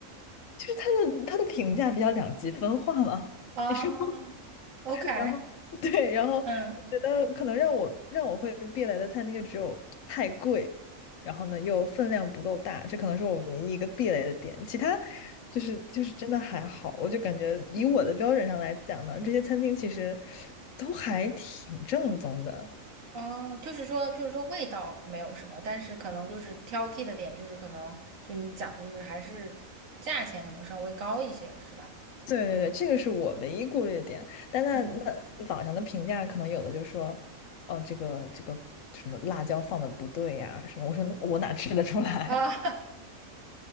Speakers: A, on the left; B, on the right.
A: 就是他的他的评价比较两极分化嘛。
B: 哦
A: <laughs>
B: ，OK，
A: 然后 <laughs> 对，然后我觉得可能让我让我会避雷的餐厅就只有太贵，
B: 嗯。
A: 然后呢又分量不够大，这可能是我唯一一个避雷的点。其他就是就是真的还好，我就感觉以我的标准上来讲呢，这些餐厅其实都还挺正宗的。
B: 哦，就是说，就是说味道没有什么，但是可能就是挑剔的点，就是可能就你讲，就是还是价钱可能稍微高一些，是吧？
A: 对对对，这个是我唯一顾虑的点。但那那网上的评价可能有的就说，
B: 嗯，
A: 哦，这个这个什么辣椒放的不对呀、什么，我说我哪吃得出来，
B: 啊，